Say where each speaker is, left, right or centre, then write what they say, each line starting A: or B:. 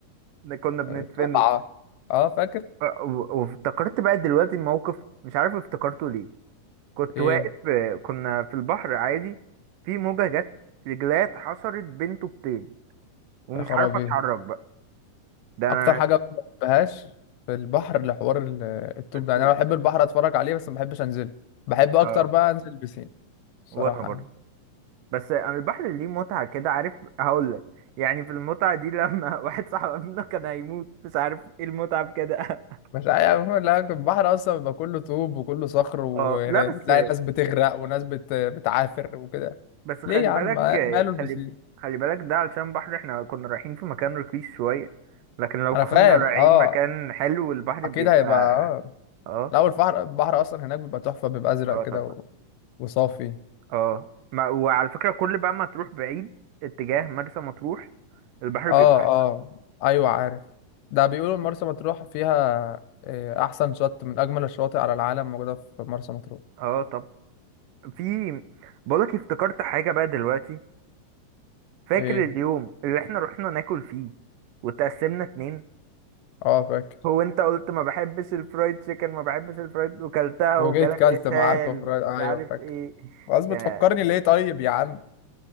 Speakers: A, on the right (about 80°); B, on the left (about 80°).
A: ده كنا
B: آه،
A: بندفنه
B: طبعه اه فاكر
A: و- وافتكرت بقى دلوقتي الموقف مش عارف افتكرته ليه كنت
B: ايه
A: واقف كنا في البحر عادي في موجة جت رجلات حصرت بين طوبتين ومش
B: يا خرابي
A: عارف اتحرك بقى ده
B: اكتر
A: انا
B: حاجه ما بحبهاش في البحر لحوار ال- الطوب
A: الطوب
B: ده يعني انا بحب البحر اتفرج عليه بس ما بحبش انزله بحب اكتر
A: اه
B: بقى انزل بسين الصراحه
A: وانا برضه
B: يعني
A: بس انا البحر ليه متعة كده عارف هقول لك يعني في المتعة دي لما <laughs> واحد صاحبنا كان هيموت مش عارف ايه المتعة في كده <laughs>
B: مش عارف لا البحر اصلا بيبقى كله طوب وكله صخر وتلاقي
A: اه لا بس
B: ناس بتغرق وناس بت... بتعافر وكده
A: بس خلي
B: ليه يا عم
A: بالك
B: ماله البسين
A: خلي خلي بالك ده علشان بحر احنا كنا رايحين في مكان رخيص شوية لكن لو كنا
B: انا فاهم
A: رايحين
B: اه
A: مكان حلو البحر
B: اكيد
A: بيبقى
B: هيبقى اه
A: اه
B: الاول البحر البحر اصلا هناك بيبقى تحفه بيبقى ازرق
A: اه
B: كده
A: طبعا
B: و... وصافي
A: اه ما وعلى فكرة كل بقى ما تروح بعيد اتجاه مرسى مطروح البحر
B: اه
A: بيبقى احسن
B: اه ايوه عارف ده بيقولوا مرسى مطروح فيها آه، احسن شط من اجمل الشواطئ على العالم موجوده في مرسى مطروح
A: اه طب في بقولك افتكرت حاجة بقى دلوقتي فاكر
B: ايه
A: اليوم اللي احنا رحنا ناكل فيه وتقسمنا اتنين
B: اه فاكر
A: هو انت قلت ما بحبش الفرايد تشيكن ما بحبش الفرايد وكلتها
B: وجيت
A: وجالك
B: كلت
A: اسهال
B: معاكم فرايد
A: ومش
B: ايوه
A: عارف
B: فاكر
A: ايه
B: خلاص بتفكرني
A: يا
B: ليه طيب يا عم